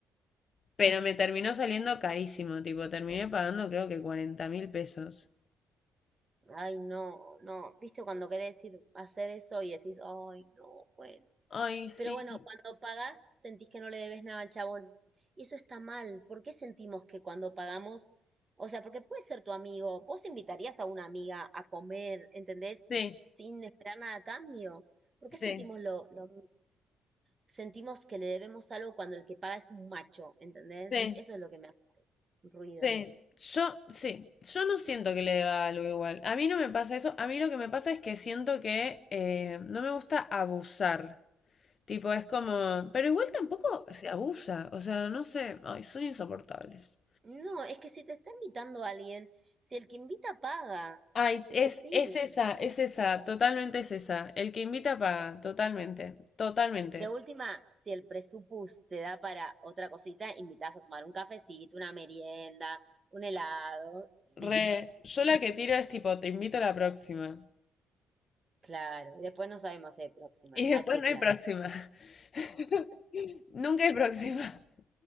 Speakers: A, on the left; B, on the right.
A: Pero me terminó saliendo carísimo, tipo, terminé pagando creo que cuarenta mil pesos.
B: Ay, no, no, viste cuando querés decir hacer eso y decís, ay, no, bueno.
A: Ay, sí,
B: Pero bueno, cuando pagás sentís que no le debes nada al chabón. Y eso está mal. ¿Por qué sentimos que cuando pagamos, o sea, porque puede ser tu amigo, vos invitarías a una amiga a comer, ¿entendés?
A: sí,
B: Y s- sin esperar nada a cambio. ¿Por
A: sí,
B: qué sentimos lo, lo, sentimos que le debemos algo cuando el que paga es un macho, ¿entendés?
A: sí,
B: Eso es lo que me hace ruido.
A: sí. Yo, sí, yo no siento que le deba algo igual. A mí no me pasa eso. A mí lo que me pasa es que siento que eh, no me gusta abusar. Tipo, es como, pero igual tampoco se abusa, o sea, no sé, ay, son insoportables.
B: No, es que si te está invitando alguien, si el que invita paga,
A: Ay,
B: es
A: es,
B: así.
A: es esa, es esa, totalmente es esa. El que invita paga, totalmente, totalmente.
B: De última, si el presupuesto te da para otra cosita, invitas a tomar un cafecito, una merienda, un helado y listo.
A: Re, yo la que tiro es tipo, te invito a la próxima.
B: Claro, y después no sabemos si hay próxima,
A: Y después
B: a chequear.
A: no hay próxima. <laughs> Nunca hay próxima.